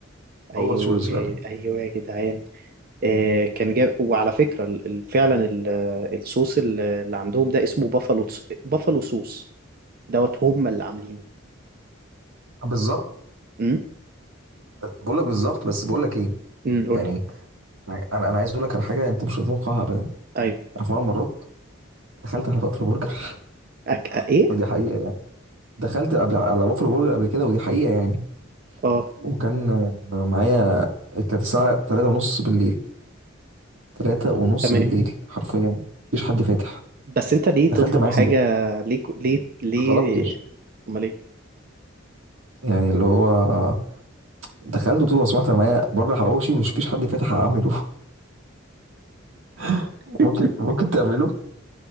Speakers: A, on the right; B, on the right.
A: ايوه
B: هو شولز فعلا
A: ايوه يا جدعان آه كان جاب وعلى فكرة ال- ال- فعلا ال- الصوص ال- اللي عندهم ده اسمه بافالو تس- بافالو صوص دوت هم اللي عاملينه
B: بالظبط
A: امم
B: بقول لك بالظبط بس بقول لك ايه
A: قول
B: يعني
A: لي
B: انا انا عايز اقول لك على حاجه انت مش هتتوقعها ابدا
A: ايوه
B: انا في مره مرات دخلت على بافلو برجر <laughs>
A: أك... ايه
B: ودي حقيقه دخلت قبل على بافلو برجر قبل كده ودي حقيقة يعني
A: اه
B: وكان آه، معايا كانت الساعة تلاتة ونص بالليل تلاتة ونص
A: تمام
B: بالليل حرفيا مفيش حد فاتح
A: بس انت ليه
B: دخلت
A: تطلب
B: معايا
A: حاجة
B: سندوتش
A: ليه ك- ليه ليه
B: ما طلبتش
A: امال ايه
B: يعني اللي هو آه، دخلت وقلت له لو سمحت انا معايا بره حواوشي ومش فيش حد فاتح اعمله <laughs>
A: <laughs>
B: ممكن ممكن تعمله